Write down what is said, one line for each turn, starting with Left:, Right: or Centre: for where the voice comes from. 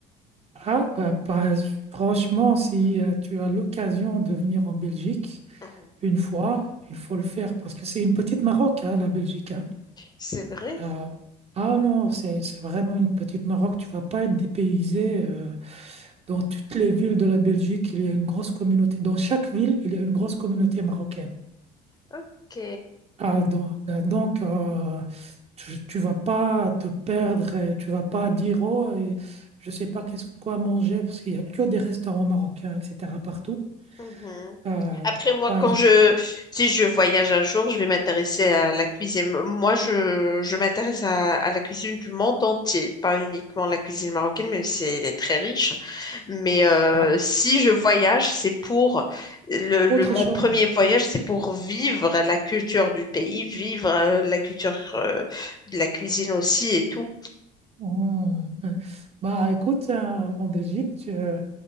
Right: Ah, bah, bah, franchement, si euh, tu as l'occasion de venir en Belgique
Left: Mhm.
Right: une fois, il faut le faire parce que c'est une petite Maroc, hein, la Belgique. hein.
Left: C'est vrai?
Right: Ah, ah non, c'est c'est vraiment une petite Maroc. Tu vas pas être dépaysé. euh, dans toutes les villes de la Belgique, il y a une grosse communauté. Dans chaque ville, il y a une grosse communauté marocaine.
Left: Ok.
Right: Ah, donc, euh, donc, euh, tu, tu vas pas te perdre, et tu vas pas dire, oh, et je sais pas qu'est-ce que quoi manger, parce qu'il y a que des restaurants marocains, etc., partout.
Left: Mhm.
Right: Euh,
Left: Après, moi,
Right: par
Left: quand
Right: exemple,
Left: je, si je voyage un jour, je vais m'intéresser à la cuisine. Moi, je, je m'intéresse à, à la cuisine du monde entier, pas uniquement la cuisine marocaine, même si elle est très riche. Mais euh,
Right: ah,
Left: si je voyage, c'est pour le, le-
Right: autre
Left: mon
Right: chose.
Left: premier voyage, c'est pour vivre la culture du pays, vivre euh, la culture euh, de la cuisine aussi et tout.
Right: Hmm, hmm. Bah, écoute, euh, en Belgique, tu, euh,